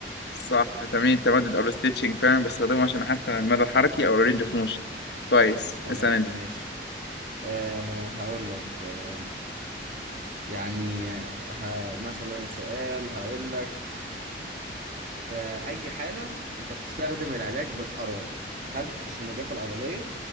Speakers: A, on the left; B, on the right.
A: صح تمرين التمدد او الستيتشنج فعلا بستخدمه عشان احسن المدى الحركي او الرينج اوف موشن كويس
B: خلاص
A: اسال انت
B: ماشي آه هقول لك آه يعني آه، ه- مثلا سؤال هقول لك في أي حالة أنت بتستخدم العلاج بالحرارة هل التشنجات العضلية